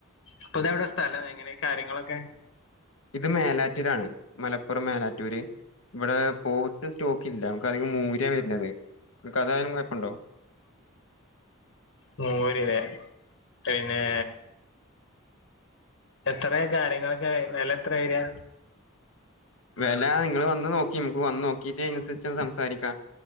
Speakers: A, on the left; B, on the left.
A: അപ്പൊതെവടെ സ്ഥലം എങ്ങനെ കാര്യങ്ങളൊക്കെ
B: ഇത് മേലാറ്റൂരാണ് മലപ്പുറം മേലാറ്റൂര് ഇവിടെ പോത്ത് സ്റ്റോ ക്കില്ല നമുക്ക് അതികം മൂര്യാ വരുന്നത് ഇങ്ങക്ക് അതായാലും കൊഴപ്പണ്ടോ
A: മൂരില്ലേ പിന്നേ എത്രയ കാര്യങ്ങളൊക്കെ വെല എത്ര വരാ
B: വെല നിങ്ങള് വന്ന് നോക്കിം നമുക്ക് വന്ന് നോക്കീട്ട് അതിനനുസരിച്ച് സംസാരിക്കാം.